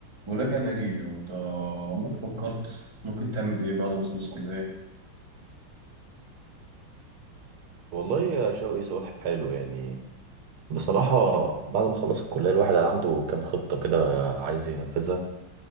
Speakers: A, on the right; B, on the right.
A: وراجع ناجي انت عمرك فكرت ممكن تعمل ايه بعد ما تخلص كلية
B: والله يا شوقي سؤال حلو يعني بصراحة بعد ما خلص الكلية الواحد عنده كام خطة كده عايز ينفذها